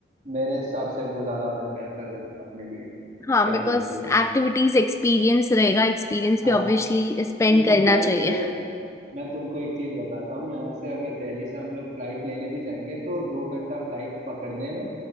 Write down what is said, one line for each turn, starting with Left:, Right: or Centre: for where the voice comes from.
Right: मेरे हिसाब से वो ज्यादा बेह- बेहतर होगा अपने लिए
Left: हाँ
Right: क्या
Left: बिकॉज
Right: बोलती हो तुम
Left: एक्टिविटीज एक्सपीरियंस रहेगा एक्सपीरियंस
Right: हाँ
Left: भी ऑब्वियसली स्पेंड
Right: देखो
Left: करना
Right: फ्लाइट
Left: चाहिए
Right: में मैं तुमको एक चीज बताता हूँ यहाँ से अगर दिल्ली से हम लोग फ्लाइट लेने भी जाएंगे तो दो घंटा फ्लाइट पकड़ने में